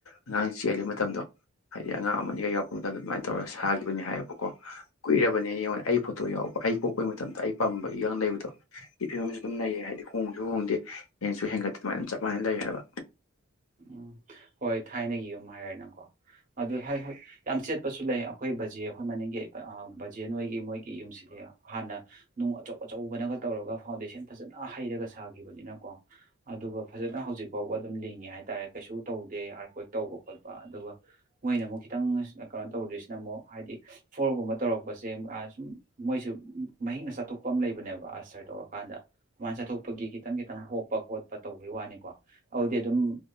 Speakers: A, on the left; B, on the right.
A: ꯑꯉꯥꯡ ꯆꯦꯜꯂꯤ ꯃꯇꯝꯗꯣ ꯍꯥꯏꯗꯤ ꯑꯉꯥꯡ ꯑꯃꯅꯤꯒ ꯌꯥꯎꯔꯛꯄ ꯃꯇꯝꯗ ꯑꯗꯨꯃꯥꯏꯅ ꯇꯧꯔꯒ ꯁꯥꯒꯤꯈꯤꯕꯅꯤ ꯍꯥꯏꯕꯀꯣ ꯀꯨꯏꯔꯕꯅꯤ ꯑꯩꯉꯣꯟꯗ ꯑꯩ ꯐꯣꯇꯣ ꯌꯥꯎꯕ ꯑꯩ ꯀꯣꯛꯄꯩ ꯃꯇꯝꯗ ꯑꯩ ꯄꯥꯝꯕꯒꯤꯒ ꯂꯩꯕꯗꯣ ꯑꯩ ꯐꯤꯕꯝꯁꯨ ꯑꯗꯨꯝ ꯂꯩꯌꯦ ꯍꯥꯏꯗꯤ ꯍꯣꯡꯁꯨ ꯍꯣꯡꯗꯦ ꯍꯡꯁꯨ ꯍꯦꯟꯒꯠꯇꯦ ꯑꯗꯨꯃꯥꯏꯅ ꯑꯗꯨꯝ ꯆꯞ ꯃꯥꯟꯅꯅ ꯂꯩ ꯍꯥꯏꯕ
B: ꯎꯝ ꯍꯣꯏ ꯊꯥꯏꯅꯒꯤ ꯌꯨꯝ ꯍꯥꯏꯔꯦꯅꯀꯣ ꯑꯗꯨ ꯍꯣꯏ ꯍꯣꯏ ꯌꯥꯝ ꯆꯦꯠꯄꯁꯨ ꯂꯩ ꯑꯩꯈꯣꯏ ꯕꯖꯦ ꯑꯩꯈꯣꯏ ꯃꯅꯤꯡꯒꯤ ꯕꯖꯦ ꯍꯣꯏꯒꯤ ꯃꯣꯏꯒꯤ ꯌꯨꯝꯁꯤꯗꯤ ꯍꯥꯟꯅ ꯅꯨꯡ ꯑꯆꯧ ꯑꯆꯧꯕꯅꯒ ꯇꯧꯔꯒ ꯐꯥꯎꯟꯗꯦꯁꯟ ꯐꯖꯅ ꯍꯩꯔꯒ ꯁꯥꯈꯤꯕꯅꯤꯅꯀꯣ ꯑꯗꯨꯒ ꯐꯖꯅ ꯍꯧꯖꯤꯛ ꯐꯥꯎꯕ ꯑꯗꯨꯝ ꯂꯤꯡꯉꯦ ꯍꯥꯏꯇꯥꯔꯦ ꯀꯩꯁꯨ ꯇꯧꯗꯦ ꯑꯥꯔ ꯀꯣꯏ ꯇꯧꯕ ꯈꯣꯠꯄ ꯑꯗꯨꯒ ꯃꯣꯏꯅ ꯑꯃꯨꯛ ꯈꯤꯇꯪ ꯀꯩꯅꯣ ꯇꯧꯗ꯭ꯔꯤꯁꯤꯅ ꯑꯃꯨꯛ ꯍꯥꯏꯗꯤ ꯐꯣꯔꯒꯨꯝꯕ ꯇꯧꯔꯛꯄꯁꯦ ꯁꯨꯝ ꯃꯣꯏꯁꯨ ꯃꯍꯤꯛꯅ ꯆꯠꯊꯣꯛꯄ ꯑꯃ ꯂꯩꯕꯅꯦꯕ ꯑꯁꯇꯔ ꯇꯧꯔꯀꯥꯟꯗ ꯁꯨꯃꯥꯏꯅ ꯆꯠꯊꯣꯛꯄꯒꯤ ꯈꯤꯇꯪ ꯈꯤꯇꯪ ꯍꯣꯞꯄ ꯈꯣꯠꯄ ꯇꯧꯕꯒꯤ ꯋꯥꯅꯤꯀꯣ ꯑꯗꯨꯗꯤ ꯑꯗꯨꯝ